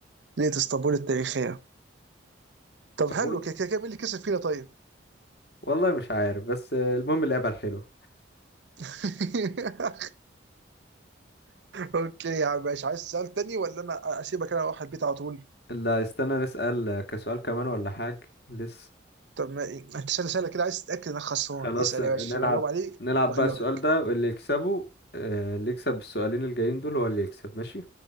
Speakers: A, on the right; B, on the left.
A: ليله اسطنبول التاريخيه طب
B: طب
A: حلو
B: وانت
A: كده كده كده مين اللي كسب فينا طيب؟
B: والله مش عارف بس آه، المهم اللعبة الحلوة
A: <laughs> اوكي يا عم ماشي عايز سؤال تاني ولا انا اسيبك انا اروح البيت على طول؟
B: اللي استنى نسأل آه، كسؤال كمان ولا حاجة لسه
A: طب ما انت سهله سهله كده عايز تتاكد انك خسران
B: خلاص
A: اسال
B: آه،
A: يا باشا
B: نلعب
A: عشان اجاوب عليه
B: نلعب
A: واغلبك
B: بقى السؤال ده واللي يكسبه آه، اللي يكسب السؤالين الجايين دول هو اللي يكسب ماشي